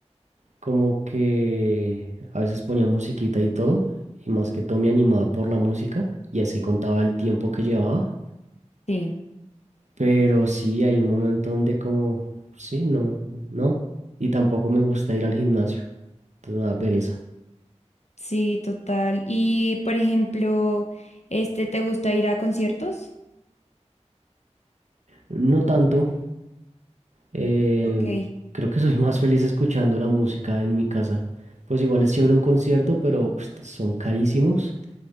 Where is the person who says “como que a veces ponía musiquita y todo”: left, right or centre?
Right